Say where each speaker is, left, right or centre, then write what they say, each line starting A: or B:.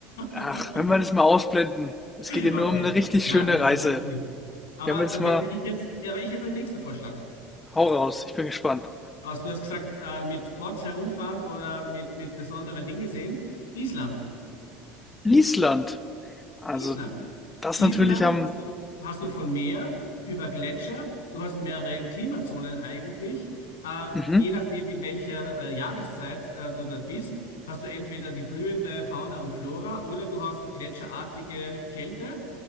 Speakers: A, on the left; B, on the left.
A: <laughs>
B: ach, wenn wir das mal ausblenden. Es geht hier
A: Okay,
B: nur um eine richtig
A: na,
B: schöne
A: es ist
B: Reise.
A: sicher cool. Aber
B: Wir haben jetzt
A: dann
B: mal
A: hätte ich jetzt, ja, aber ich hätte den nächsten Vorschlag.
B: hau raus, ich bin gespannt.
A: Was du hast gesagt, äh, mit Quads herumfahren oder mit, mit besondere Dinge sehen. Island.
B: Island. Also,
A: Island.
B: das
A: Island
B: natürlich am
A: hast du, hast du von Meer über Gletscher. Du hast mehrere Klimazonen eigentlich. Äh,
B: mhm,
A: je nachdem, in welcher äh, Jahreszeit äh, du dort bist, hast du entweder die blühende Fauna und Flora oder du hast gletscherartige Kälte.